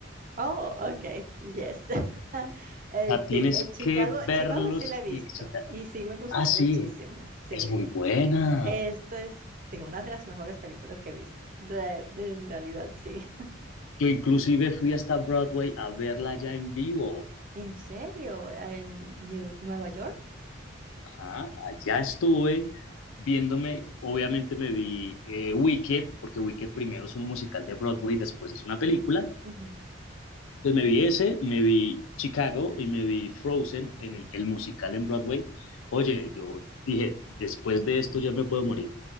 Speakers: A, on the right (about 40°); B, on the left (about 80°).
A: Oh, ok, yes. <laughs> Eh,
B: O sea, tienes
A: sí, eh, Chicago,
B: que verlos
A: Chicago sí la he visto
B: y excitar.
A: y sí me gustó
B: Ah, sí,
A: muchísimo, sí,
B: es muy buena.
A: Esta es, sí, una de las mejores películas que he visto. Re- en realidad, sí. <laughs>
B: Yo inclusive fui hasta Broadway a verla ya en vivo.
A: ¿En serio? ¿En New- Nueva York?
B: Ajá, allá estuve viéndome, obviamente me vi eh, Wicked, porque Wicked primero es un musical de Broadway, después es una película,
A: Ujú.
B: Entonces me vi ese, me vi Chicago y me vi Frozen en el, el musical en Broadway. Oye, yo dije, después de esto ya me puedo morir.